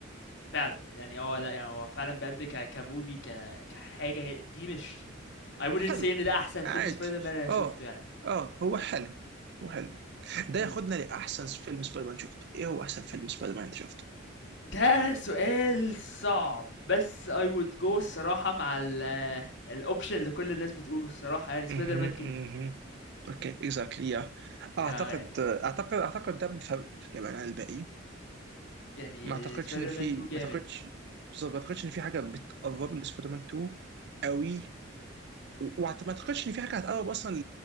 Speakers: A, on the left; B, on the right.
A: فعلا يعني اه لا يعني هو فعلا بجد ك كموفي ك كحاجه دي مش I wouldn't
B: حلو
A: say ان ده احسن فيلم
B: عادي
A: سبايدر مان انا شوفته
B: اه
A: يعني
B: اه هو
A: لا
B: حلو هو حلو ده
A: امم
B: ياخدنا لاحسن فيلم سبايدر مان شفته ايه هو احسن فيلم سبايدر مان انت شفته
A: ده سؤال صعب بس I would go الصراحه مع ال الاوبشن اللي كل الناس بتقوله الصراحه يعني سبايدر
B: اها
A: مان 2
B: اها اوكي اكزاكتلي يا
A: آه
B: اعتقد
A: يعني
B: اعتقد اعتقد ده بفرق يعني عن الباقي
A: يعني
B: ما اعتقدش
A: سبايدر
B: ان في
A: مان 2 جامد
B: ما اعتقدش بالظبط ما اعتقدش ان في حاجه بتقرب لسبايدر مان 2 قوي وما اعتقدش ان في حاجه هتقرب اصلا